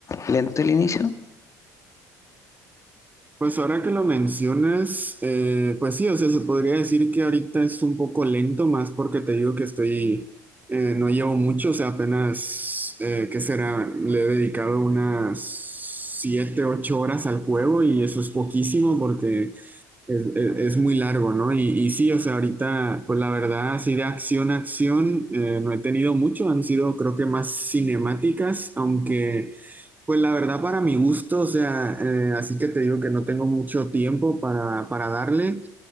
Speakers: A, on the left (about 35°); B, on the right (about 20°).
A: lento el inicio.
B: Pues ahora que lo mencionas, eh, pues sí, o sea, se podría decir que ahorita es un poco lento, más porque te digo que estoy, eh, no llevo mucho, o sea, apenas, eh, ¿qué será? Le he dedicado unas siete, ocho horas al juego y eso es poquísimo porque es, es- es muy largo, ¿no? Y, y sí, o sea, ahorita, pues la verdad, así de acción a acción, eh, no he tenido mucho, han sido creo que más cinemáticas, aunque... Pues la verdad, para mi gusto, o sea, eh, así que te digo que no tengo mucho tiempo para, para darle.